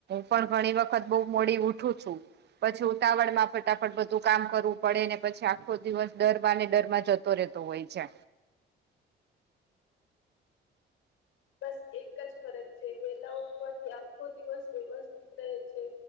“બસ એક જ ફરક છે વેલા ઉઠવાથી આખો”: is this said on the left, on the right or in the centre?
Left